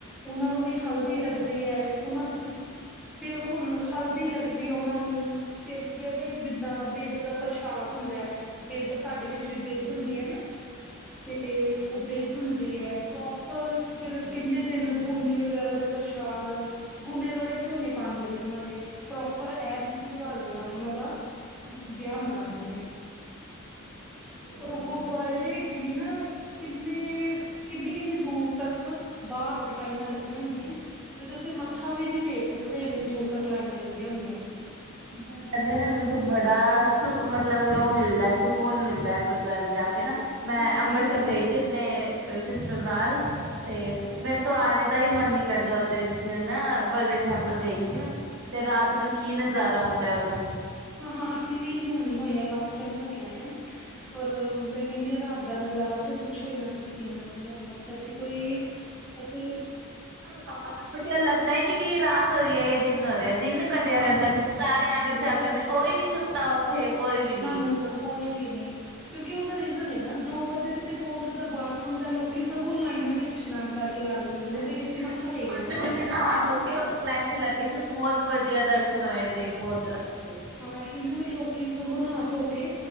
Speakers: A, in the centre; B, on the right.
A: ਉਨਾਂ ਨੂੰ ਵੀ ਹਲਦੀ ਲੱਗਦੀ ਹੈ ਉਨਾਂ ਦੀ ਬਿਲਕੁਲ ਹਲਦੀ ਲੱਗਦੀ ਉਨਾਂ ਨੂੰ ਫੇਰ ਕੀ ਹੈ ਬਈ ਜਿੱਦਾਂ ਬਿਦ ਦਾ ਪ੍ਰਸ਼ਾਦ ਹੁੰਦਾ ਹੈ ਬਿਦ ਸਾਡੇ ਵਿੱਚ ਵੀ ਬਿੱਦ ਹੁੰਦੀ ਨਾ ਤੇ ਉਹ ਬਿੱਦ ਹੁੰਦੀ ਹੈ ਪ੍ਰੋਪਰ ਫਿਰ ਕਿੰਨੇ ਦਿਨ ਬੂੰਦੀ ਵਗੈਰਾ ਦੇ ਪ੍ਰ ਸ਼ਾਦ ਗੁਨੇ ਬੜੇ ਝੋਲੀ ਪਾਂਦੇ ਨੇ ਉਹਨਾਂ ਦੇ ਪ੍ਰੋਪਰ ਇਹ ਰੀਤੀ ਰਿਵਾਜ ਨਾਲ ਉਨਾਂ ਦਾ ਵਿਆਹ ਮਨਾਂਦੇ ਨੇ ਔਰ ਉਹ ਗੁਰਦੁਆਰੇ ਦੇ ਵਿੱਚ ਵੀ ਨਾ ਕਿੰਨੇ ਕਿੰਨੀ ਕਿੰਨੀ ਦੂਰ ਤੱਕ ਬਾਹਰ ਲਾਈਨਾਂ ਲੱਗੀਆਂ ਹੁੰਦੀਆਂ। ਵੀ ਤੁਸੀਂ ਮੱਥਾ ਵੀ ਨਹੀਂ ਟੇਕ ਸਕਦੇ ਇੰਨੀ ਦੂਰ ਤੱਕ ਲਾਈਨਾਂ ਲੱਗੀਆਂ ਹੁੰਦੀਆਂ ਉੱਥੇ
B: ਗੁਰਦਆ ਜਾਂਦੇ ਨਾ ਮੈਨੂੰ ਤ ਬੜਾ ਸੁ ਮਤਲਬ ਉਹ ਮਿਲਦਾ ਸਕੂਨ ਮਿਲਦਾ ਗੁਰਦੁਆਰੇ ਜਾ ਕੇ ਨਾ ਮੈਂ
A: ਹਾਂ
B: ਅੰਬਰਸਰ
A: ਇਹ ਤੇ ਹੈ
B: ਗਈ
A: ਹੀ
B: ਸੀ ਆਪਣੇ ਸਿਸਟਰ ਨਾਲ ਤੇ
A: ਅੱਛਾ
B: ਮੇਰੇ ਆਣੇ ਦਾ ਹੀ ਮਨ ਨੀ ਕਰਦਾ ਉਦੇ ਚ ਹਨ ਗੋਲਡਨ ਟੈਂਪਲ ਗਈ ਸੀ ਮੈਂ ਤੇ ਰਾਤ ਨੂੰ ਕੀ ਨਜ਼ਾਰਾ ਹੁੰਦਾ ਉਦੇ
A: ਹਾਂ ਹਾਂ ਅਸੀਂ ਵੀ ਹੁਣ ਹੋਏ ਹ ਲਾਸਟ ਟਾਈਮ ਹੋ ਕੇ ਆਏ ਹ ਰ ਮੈਂ ਕਹਿੰਦੀ ਹਾਂ ਰਾਤ ਦਾ ਨਜ਼ਾਰਾ ਤੇ ਪੁੱਛੋ ਹੀ ਨਾ ਤੁਸੀਂ ਤੁ ਕਿੰਨਾ ਵਧੀਆ ਹੁੰਦਾ ਉੱਥੇ ਅਸੀਂ ਕੋਈ ਅਸੀਂ
B: ਪਾਪਾ ਨੂੰ ਮੁ ਲੱਗਦਾ ਹੀ ਨੀ ਕਿ ਰਾਤ ਹੋ ਰਹੀ ਹੈ ਜਾਂ ਦਿਨ ਹੋ ਰਿਹਾ ਦਿਨ ਕੱਢਿਆ
A: ਹਾਂ-ਹਾਂ
B: ਰਹਿੰਦਾ
A: ਬਿਲਕੁਲ-ਬਿਲਕੁਲ
B: ਸਾਰੇ ਐਵੇਂ ਚੱਲ ਰੇ ਨੇ ਕੋਈ ਨੀ ਸੁੱਤਾ ਉੱਥੇ ਕੋਈ ਵੀ ਨੀ।
A: ਨਾ-ਨਾ-ਨਾ ਕੋਈ ਵੀ ਨਹੀਂ। ਕਿਉਂਕਿ ਉਦਾ ਰੀਜ਼ਨ ਨਾ ਦੋ ਵਜੇ ਦੇ ਕੋਲ ਤੇ ਦਰਬਾਰ ਖੁਲਦਾ ਲੋਕੀ ਸਗੋਂ ਲਾਈਨਾਂ ਵਿੱਚ ਇਸ਼ਨਾਨ ਕਰਕੇ ਲੱਗ ਜਾਂਦੇ ਨੇ
B: ਹਾਂਜੀ
A: ਬਈ ਅਸੀਂ
B: ਫੇਰ
A: ਮੱਥਾ ਟੇਕਣਾ
B: ਪੰਜ
A: ਉੱਥੇ
B: ਵਜੇ ਨਹਾ ਧੋ ਕੇ ਉੱਥੇ ਲਾਈਨ ਚ ਲੱਗੇ ਸੀ ਬਹੁਤ ਵਧੀਆ ਦਰਸ਼ਨ ਹੋਏ ਤੇ ਬਹੁਤ ਅੱਛੇ
A: ਆਹੀ ਨਾ ਵੇ ਲੋਕੀ ਸਗੋਂ ਨਾ ਧੋ ਕੇ